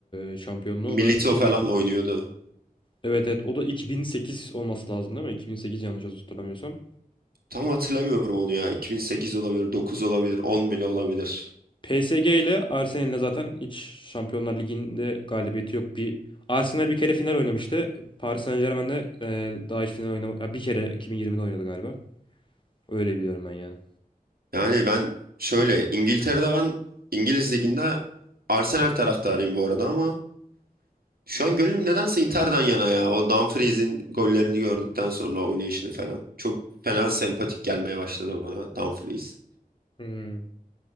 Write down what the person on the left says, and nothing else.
e, şampiyonluğu.
O da 2000
Evet evet o da 2008 olması lazım değil mi? 2008 yanlış hatırlamıyorsam.
PSG ile Arsenal'le zaten hiç Şampiyonlar Ligi'nde galibiyeti yok. Bir Arsenal bir kere final oynamıştı. Paris Saint-Germain'de e, daha hiç final oynamadı. Bir kere 2020'de oynadı galiba. Öyle biliyorum ben yani.
Hmm.